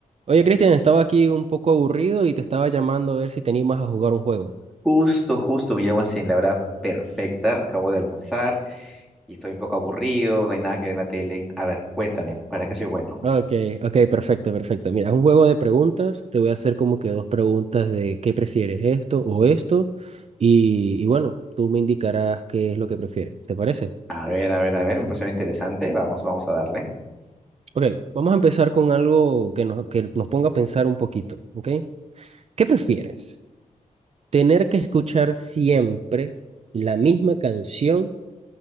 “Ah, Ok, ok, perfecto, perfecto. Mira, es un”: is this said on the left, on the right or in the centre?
Right